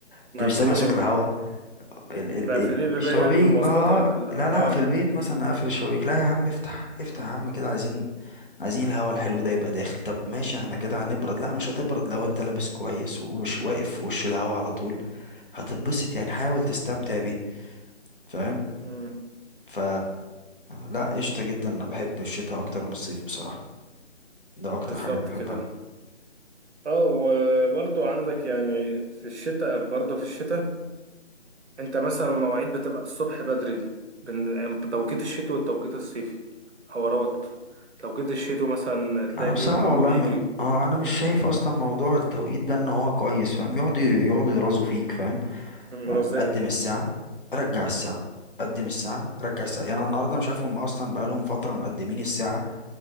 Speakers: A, on the left; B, on the right.
A: انت
B: مقفلين
A: مش سامع صوت
B: ايه
A: الهواء ال... ال...
B: مقفلين
A: ال-
B: البيبان
A: الشبابيك
B: يعني في المواصلات
A: بقى
B: ولا في ال اه
A: لا لا في البيت مثلا اقفل الشبابيك لا يا عم افتح افتح يا عم كده عايزين عايزين الهواء الحلو ده يبقى داخل طب ماشي احنا كده هنبرد لا مش هتبرد لو انت لابس كويس ومش واقف في وش الهواء على طول هتتبسط يعني حاول تستمتع بيه فاهم
B: مم،
A: ف لا قشطة جدا انا بحب الشتاء اكتر من الصيف بصراحة ده اكتر
B: بالظبط
A: حاجة انا بحبها
B: كده اه وبرضو عندك يعني في الشتاء برضو في الشتاء انت مثلا المواعيد بتبقى الصبح بدري دي بين يعني توقيت الشتوي والتوقيت الصيفي حوارات توقيت الشتوي مثلا تلاقي
A: انا
B: اليوم
A: بصراحة
B: كله
A: والله
B: بيجري
A: م... اه انا مش شايف
B: ورا-
A: اصلا موضوع التوقيت ده ان هو كويس فاهم يقعدوا يقعدوا يرازوا فيك فاهم
B: مرضية
A: يعني قدم الساعة رجع الساعة قدم الساعة رجع الساعة يعني أنا النهاردة مش عارف هم أصلا بقالهم فترة مقدمين الساعة